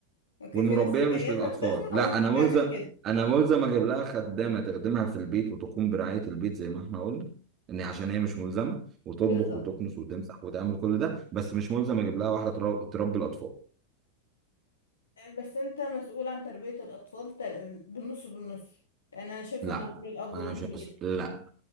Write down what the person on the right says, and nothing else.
والمربيه
مش للاطفال
لا
انا
ملزم
انا ملزم اجيب لها خدامه تخدمها في البيت وتقوم برعايه البيت زي ما احنا قلنا ان عشان هي مش ملزمه وتطبخ
وتكنس وتمسح وتعمل كل ده بس مش ملزم اجيب لها واحده ترا- تربي الاطفال
لا
انا
مش
هس- لا